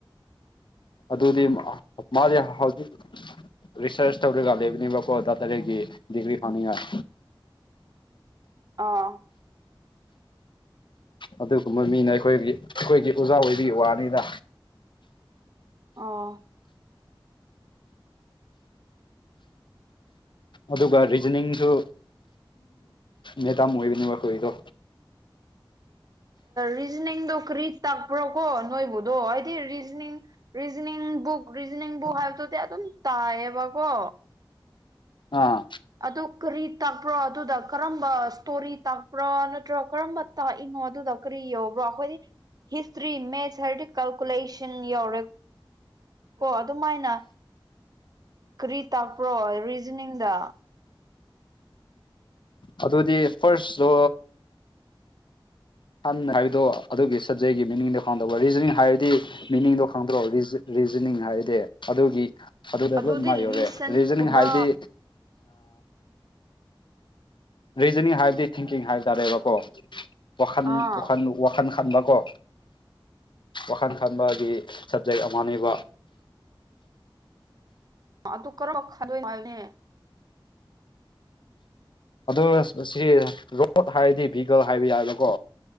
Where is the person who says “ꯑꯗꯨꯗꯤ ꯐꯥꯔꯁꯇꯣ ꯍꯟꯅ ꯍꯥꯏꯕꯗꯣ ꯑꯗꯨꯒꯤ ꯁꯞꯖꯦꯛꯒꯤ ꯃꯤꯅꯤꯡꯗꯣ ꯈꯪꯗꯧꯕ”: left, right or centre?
Left